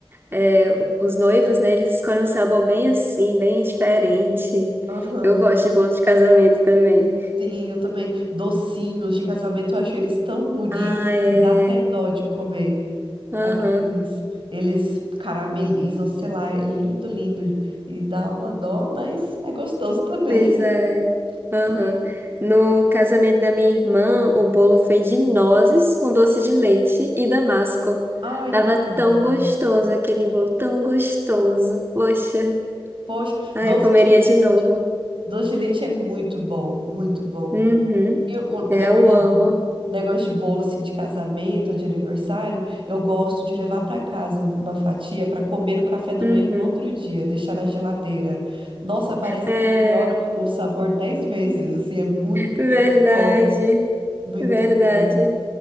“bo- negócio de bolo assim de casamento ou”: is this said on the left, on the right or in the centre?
Right